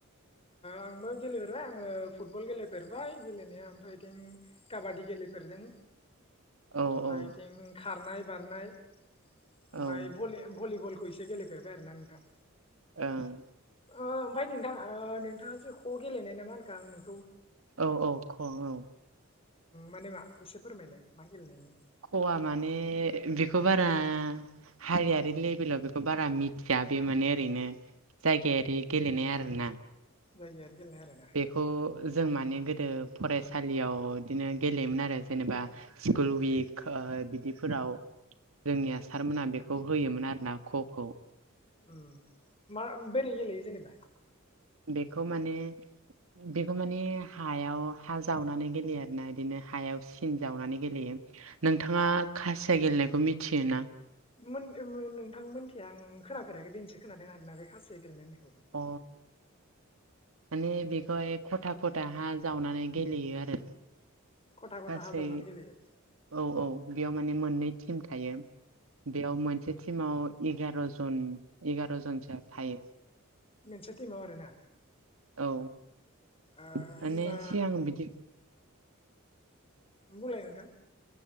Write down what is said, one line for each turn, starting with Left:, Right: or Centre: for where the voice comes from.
Left: आंबो गेलेफेरबाय आङो फुटबल गेले फेरबाय गेलेनाया ओमफ्राय बिथिं काबबादि गेलेफेरदों।
Right: औ
Left: ओमफ्राय
Right: औ
Left: बिथिं खारनाय बारनाय ओमफ्राय
Right: औ ओं
Left: भलिबलखौ एसे गेलेफेरबाय आरोना नोंथां।
Right: ओम।
Left: ओमफ्राय नोंथां नोंथाङा जे ख' गेलेनाय ना मा होनखो आंनि
Right: औ औ ख' औ।
Left: माने मा एसे फोरमायलाय मा गेलेनाययो
Right: ख'वा माने बेखौ बारा हारियारि लेभेलाव बेखौ बारा मिथिया बे माने ओरैनो जायगायारि गेलेनाय आरोना
Left: जायगायारि गेलेनाय आरोना।
Right: बेखौ जों माने गोदो फरायसालियाव बिदिनो गेलेयोमोन आरो जेनेबा स्कुल उइक बिदिफोराव जोंनिया सारमोनहा बेखौ होयोमोन आरो ना ख'खौ
Left: उम मा बोरै गेलेयो जेनेबा
Right: बेखौ माने बेखौ माने हायाव हा जावनानै गेलेयो आर ना बिदिनो हायाव सिन जावनानै गेलेयो नोंथाङा खासिया गेलेनायखौ मिथियो ना
Left: नोंथां मोनथिया आं खोनाफेराखै दिनैसो खोनादों आरोना बे खासिया गेलेनायनि
Right: अ। माने बेखौहाय खथा खथाहा जावनानै गेलेयो आरो
Left: खथा खथा
Right: गासै
Left: हा जावनानै गेलेयो
Right: औ औ बेयाव माने मोननै टिम थायो बेयाव मोनसे टिमाव एगार' जन एगार' जनसो थायो
Left: मोनसे टिमाव आरोना
Right: औ
Left: ओ
Right: माने
Left: होमबा
Right: सिगां बिदि
Left: बुंलाय नोंथां।